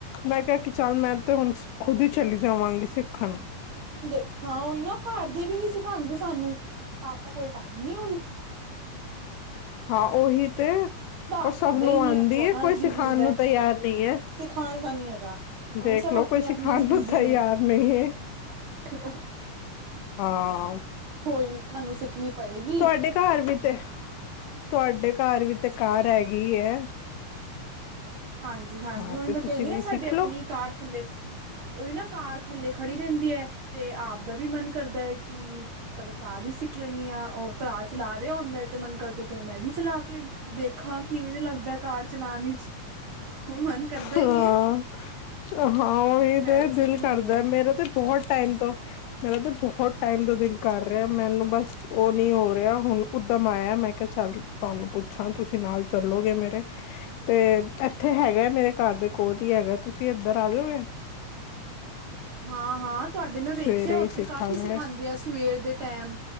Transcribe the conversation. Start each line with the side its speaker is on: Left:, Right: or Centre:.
Left: ਮੈਂ ਕਿਆ ਕੀ ਚੱਲ ਮੈਂ ਤੇ ਹੁਣ ਖੁਦ ਈ ਚਲੀ ਜਾਵਾਂਗੀ ਸਿੱਖਣ।
Right: ਦ ਹਾਂ ਓਈ ਨਾ ਘਰ ਦੇ ਵੀ ਨੀ ਸਿਖਾਂਦੇ ਸਾਨੂੰ ਪਾਪਾ ਕੋਲ ਟਾਈਮ ਨੀ ਹੁੰ
Left: ਹਾਂ, ਓਹੀ ਤੇ। ਓਰ
Right: ਹੁੰਦਾ
Left: ਸਭ ਨੂੰ
Right: ਹੀ ਨੀ
Left: ਆਂਦੀ
Right: ਹੈ ਉਹ ਆਪਣਾ
Left: ਐ ਕੋਈ
Right: ਬਿਜੀ
Left: ਸਿਖਾਣ
Right: ਹੁੰਦਾ
Left: ਨੂੰ ਤਿਆਰ ਨੀ ਐ।
Right: ਸਿਖਾਣ ਵਾਲਾ ਨੀ ਹੈਗਾ ਹੁਣ
Left: ਦੇਖ
Right: ਸਭ
Left: ਲੋੋ
Right: ਆਪਣੇ-ਆਪਣੇ
Left: ਕੋਈ ਸਿਖਾਣ
Right: ਚ
Left: ਨੂੰ
Right: ਬਿਜ਼ੀ
Left: ਤਿਆਰ
Right: ਨੇ
Left: ਨਈ ਏ।
Right: <unintelligible>
Left: ਹਾਂ।
Right: <unintelligible> ਤੁਹਾਂਨੂੰ ਸਿੱਖਣੀ ਪਏਗੀ
Left: ਤੁਹਾਡੇ ਘਰ ਵੀ ਤੇ, ਤੁਹਾਡੇ ਘਰ ਵੀ ਤੇ ਕਾਰ ਹੈਗੀ ਐ।
Right: ਹਾਂਜੀ- ਹਾਂਜੀ,
Left: ਹਾਂ
Right: ਓਈ
Left: ਤੇ
Right: ਮੈਂ
Left: ਤੁਸੀਂ
Right: ਕਈ
Left: ਵੀ
Right: ਏ ਸਾਡੀ
Left: ਸਿੱਖ
Right: ਆਪਣੀ
Left: ਲਓ
Right: ਕਾਰ ਥੱਲੇ ਓਈ ਨਾ ਕਾਰ ਥੱਲੇ ਖੜੀ ਰੈਂਦੀ ਏ ਤੇ ਆਪ ਦਾ ਵੀ ਮਨ ਕਰਦਾ ਹੈ ਕੀ ਚੱਲ ਕਾਰ ਈ ਸਿੱਖ ਲੈਂਨੀ ਆ ਓ ਭਰਾ ਚਲਾ ਰਿਆ ਹੁੰਦੈ ਤੇ ਮਨ ਕਰਦਾ ਚਲੋ ਮੈਂ ਵੀ ਚਲਾ ਕੇ ਦੇਖਾਂ ਕਿਵੇਂ ਲੱਗਦੈ ਕਾਰ ਚਲਾਣੀ ਚ ਮਨ ਕਰਦਾ
Left: ਹਾਂ
Right: ਏ।
Left: ਹਾਂ ਓਹੀ
Right: ਮੈਂ
Left: ਤੇ
Right: ਵੀ ਸਿੱਖਣੀ
Left: ਦਿਲ ਕਰਦੈ
Right: ਐ
Left: ਮੇਰਾ ਤੇ ਬੋਹਤ ਟਾਈਮ ਤੋਂ। ਮੇਰਾ ਤੇ ਬੋਹ ਟਾਈਮ ਤੋਂ ਦਿਲ ਕਰ ਰਿਆ ਮੈਨੂੰ ਬਸ ਓ ਨੀ ਹੋ ਰਿਆ ਹੁਣ ਉਦਮ ਆਇਆ ਮੈਂ ਕਿਆ ਚੱਲ ਤੁਹਾਨੂੰ ਪੁੱ ਛਾਂ ਤੁਸੀਂ ਨਾਲ ਚੱਲੋਗੇ ਮੇਰੇ? ਤੇ ਐਥੇ ਹੈਗੈ ਮੇਰੇ ਘਰ ਦੇ ਕੋਲ ਈ ਹੈਗਾ ਤੁਸੀਂ ਇੱਧਰ ਆ ਜੋਗੇ?
Right: ਹਾਂ-ਹਾਂ ਤੁਹਾਡੇ ਮੈਂ ਵੇਖਿਆ
Left: ਸਵੇਰੇ
Right: ਓਥੇ
Left: ਹੀ ਸਿੱਖਾਂਗੇ
Right: ਕਾਫ਼ੀ ਸਿਖਾਂਦੇ ਆ ਸਵੇਰ ਦੇ ਟੈਮ।